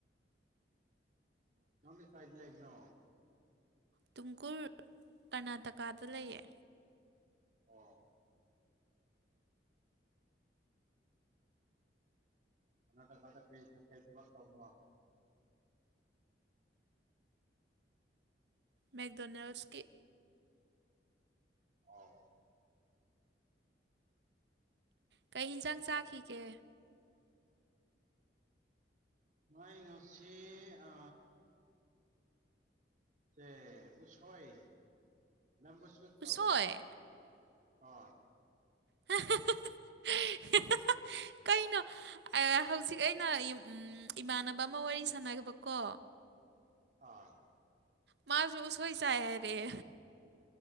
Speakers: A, on the right; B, on the right.
A: ꯅꯪꯗꯤ ꯀꯥꯏꯗ ꯂꯩꯕꯅꯣ
B: ꯇꯨꯡꯀꯨꯔ ꯀꯔꯅꯥꯇꯀꯥꯗ ꯂꯩꯌꯦ
A: ꯑꯣ ꯀꯔꯅꯥꯇꯀꯥꯗ ꯀꯔꯤ ꯀꯔꯤ ꯊꯕꯛ ꯇꯧꯕꯅꯣ
B: ꯃꯦꯛꯗꯣꯅꯦꯜꯁ ꯀꯤ
A: ꯑꯣ
B: ꯀꯩ ꯌꯦꯟꯖꯥꯡ ꯆꯥꯈꯤꯒꯦ
A: ꯅꯣꯢ ꯉꯁꯤ ꯑ ꯁꯦ ꯎꯁꯣꯏ ꯕꯦꯝꯕꯨ ꯁꯨꯠꯇꯣ
B: ꯎꯁꯣꯏ
A: ꯑ
B: <unintelligible> ꯀꯩꯅꯣ ꯍꯧꯖꯤꯛ ꯑꯩꯅ ꯏꯃꯥꯟꯅꯕ ꯑꯃ ꯋꯥꯔꯤ ꯁꯥꯟꯅꯈꯤꯕꯀꯣ
A: ꯑ
B: ꯃꯥꯁꯨ ꯎꯁꯣꯏ ꯆꯥꯢ ꯍꯥꯢꯔꯛꯑꯦ